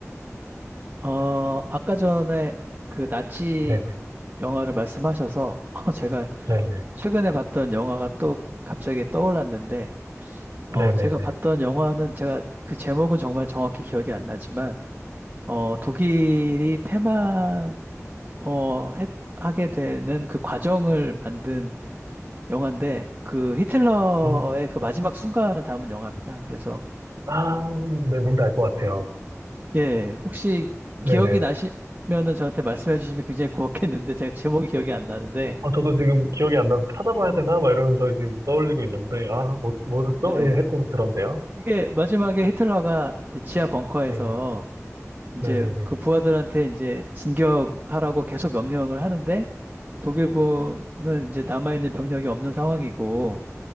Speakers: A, on the right; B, on the right.
A: 어, 아까 전에 그 나치
B: 네네.
A: 영화를 말씀하셔서 <laughs> 어, 제가
B: 네네.
A: 최근에 봤던 영화가 또 갑자기 떠올랐는데 어,
B: 네네네.
A: 제가 봤던 영화는 제가 그 제목은 정말 정확히 기억이 안 나지만 어, 독일이 패망 어, 했- 하게 되는 그 과정을 만든 영화인데 그 히틀러의
B: 음.
A: 그 마지막 순간을 담은 영화입니다. 그래서
B: 아, 네, 뭔지 알 것 같아요.
A: 예, 혹시
B: 네네.
A: 기억이 나시면은 저한테 말씀해 주시면 굉장히 고맙겠는데 제가 제목이 기억이 안 나는데
B: 아, 저도 지금 기억이 안 나서 찾아봐야 되나? 막 이러면서 지금 떠올리고 있는데, 아, 뭐, 뭐였어?
A: 네.
B: 예, 하여 그런데요.
A: 이게 마지막에 히틀러가 이제 지하 벙커에서
B: 네네.
A: 이제
B: 네네네.
A: 그 부하들한테 이제 진격하라고 계속 명령을 하는데 독일군은 이제 남아있는 병력이 없는 상황이고